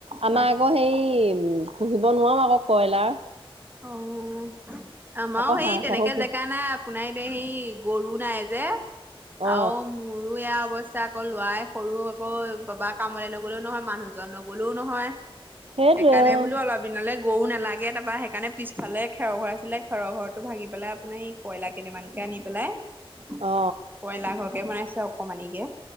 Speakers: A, on the right; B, on the right.
A: আমাৰ
B: তাক
A: আকৌ সেই পুহিব নোৱাৰো আকৌ কইলাৰ।
B: অ' আমাৰো
A: আকৌ
B: সেই
A: হাঁহ
B: তেনেকে
A: চাহো পুহ
B: জেগা নাই। সোনাই পেহী গৰু নাই যে আৰু
A: অ
B: মোৰো এইয়া অৱস্থা আকৌ, লোৱাই সৰু আকৌ, বাবাই কামলে নগলেওঁ নহয়, মানুহজন নগ'লেওঁ নহয়।
A: সেইটোৱে
B: সেইকাৰণে
A: অ
B: বোলো অলপ দিনলে গৰু নালাগে। তাৰপা সেইকাৰণে পিছফালে খেৰৰ ঘৰ আছিলে, খেৰৰ ঘৰটো ভাঙি পেলাই আপোনাৰ ই কয়লাৰ কেইটামানকে আনি পেলাই কয়লাৰ
A: অ
B: ঘৰকে বনাইছে অকমানিকে।